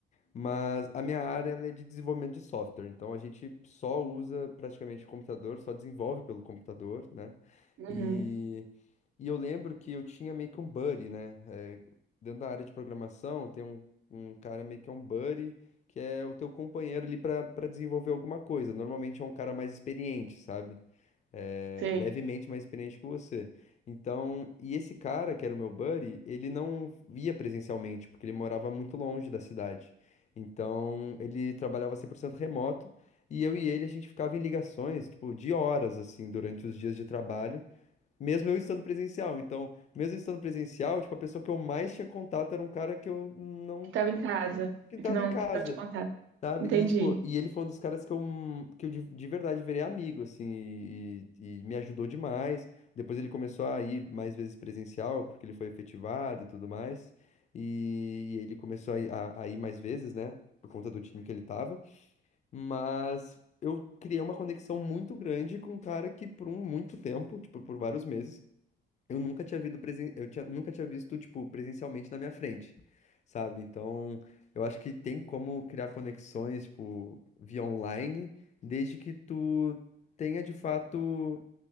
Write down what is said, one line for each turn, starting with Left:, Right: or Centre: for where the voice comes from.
Left: Mas a minha área ela é de desenvolvimento de software, então a gente só usa praticamente o computador, só desenvolve pelo computador, né?
Right: Uhum,
Left: E, e eu lembro que eu tinha meio que um buddy, né? É, dentro da área de programação, tem um, um cara meio que é um buddy, que é o teu companheiro ali para para desenvolver alguma coisa. Normalmente é um cara mais experiente, sabe? é,
Right: sei.
Left: levemente mais experiente que você. Então, e esse cara, que era o meu buddy, ele não ia presencialmente, porque ele morava muito longe da cidade. Então, ele trabalhava 100% remoto, e eu e ele, a gente ficava em ligações, tipo, de horas, assim, durante os dias de trabalho, mesmo eu estando presencial. Então, mesmo eu estando presencial, tipo, a pessoa que eu mais tinha contato era um cara que eu não...
Right: Que estava em casa,
Left: que estava
Right: que não,
Left: em casa.
Right: que não tinha contato.
Left: Sabe?
Right: Entendi.
Left: E, tipo, e ele foi um dos caras que eu, que eu de, de verdade virei amigo, assim, e, e me ajudou demais. Depois ele começou a ir mais vezes presencial, porque ele foi efetivado e tudo mais. E, e ele começou a, ir- a, a ir mais vezes, né? Por conta do time que ele tava. Mas eu criei uma conexão muito grande com um cara que, por um muito tempo, tipo, por vários meses, eu nunca tinha visto presen... eu tinha... nunca tinha visto, tipo, presencialmente na minha frente, sabe? Então, eu acho que tem como criar conexões, tipo, via online, desde que tu tenha de fato